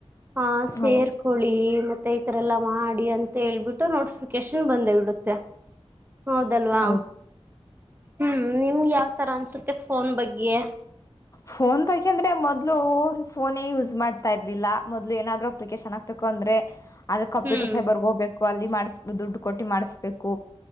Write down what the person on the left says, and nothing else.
ಹೌದು
ಹೌದು
ಫೋನ್ ಬಗ್ಗೆ ಅಂದ್ರೆ ಮೊದ್ಲು ಫೋನೇ ಯೂಸ್ ಮಾಡ್ತಾ ಇರ್ಲಿಲ್ಲ ಮೊದ್ಲು ಏನಾದ್ರು ಅಪ್ಲಿಕೇಶನ್ ಹಾಕ್ಬೇಕು. ಬಂದ್ರೆ ಅದ್ರ ಕಂಪ್ಯೂಟರ್
ಸೈಬರ್ ಹೋಗ್ಬೇಕು ಅಲ್ಲಿ ಮಾಡ ದುಡ್ಡು ಕೊಟ್ಟಿ ಮಾಡಿಸ್ಬೇಕು